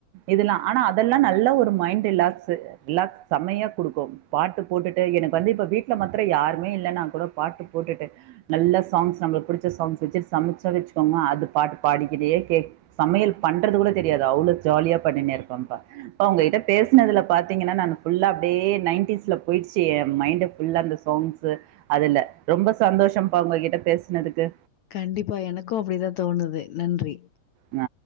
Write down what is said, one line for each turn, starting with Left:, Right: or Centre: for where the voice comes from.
Right: இதெல்லா ஆனா அதெல்லா நல்ல ஒரு மைண்ட் ரிலாக்ஸு ரிலாக்ஸ் செம்மையா குடுக்கு பாட்டு போட்டுட்டு எனக்கு வந்து இப்ப வீட்ல மத்திர யாருமே இல்லனாக் கூடோ பாட்டு போட்டுட்டு நல்ல சாங்ஸ் நம்மளுக் பிடிச்ச சாங்ஸ் வச்சிட் சமச்ச வச்சுக்கோங்க அது பாட்டு பாடிக்கிட்டே கேக் சமையல் பண்றது கூட தெரியாது அவ்ளொ ஜாலியா பண்ணிணே இருக்கும்ப்ப பா உங்ககிட்ட பேசனதுல பாத்திங்கனா நானு ஃபுல்லா டியே நைன்டீஸ்ல பொயிட்ச்சி ஏ மைண்டு ஃபுல்லா அந்த சாங்ஸ்ஸு அதுல ரொம்ப சந்தோஷம்பா உங்ககிட்ட பேசுனதுக்கு
Left: கண்டிப்பா எனக்கு அப்டிதா தோணுது நன்றி
Right: ஆ